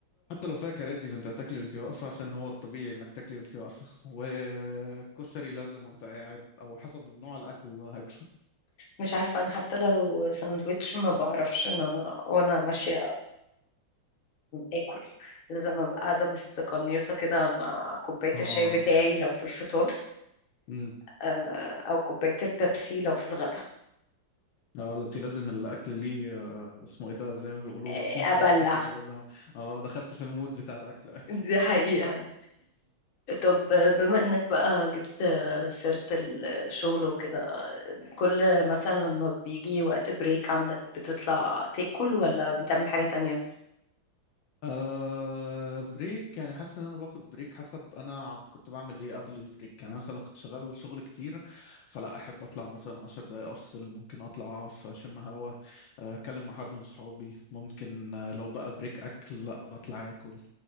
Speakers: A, on the left; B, on the left.
A: حتى لو فيها كراسي فانت هتاكلي وانت واقفه عشان هو الطبيعي انك تاكلي وانت واقفه والكشري لازم وانت قاعد او حسب نوع الاكل اللي انا هاكله
B: مش عارفة أنا حتى لو ساندويتش ما بعرفش إن أنا وأنا ماشية آكل لازم أبقى قاعدة مستقنيصة كده مع كوباية
A: اه
B: الشاي بتاعي لو في الفطار
A: امم
B: آه، أو كوباية البيبسي لو في الغدا
A: اه التي لازم الاكل ليه آه، اسمه ايه ده زي ما بيقولوا
B: آه،
A: رسوم خاصه
B: أبلع
A: كده لازم اه دخلت في المود بتاع الاكل
B: دي حقيقة طب بما إنك بقى جبت سيرة الشغل وكده كل مثلا لما بيجي وقت بريك عندك بتطلع تاكل ولا بتعمل حاجة تانية؟
A: أه بريك يعني حاسس ان انا باخد بريك حسب انا كنت بعمل ايه قبل البريك يعني مثلا كنت شغال شغل كتير فلا احب اطلع مثلا 10 دقايق افصل ممكن اطلع اقف اشم هوا آه، اتكلم مع حد من صحابي ممكن آه، لو بقى بريك اكل لا بطلع اكل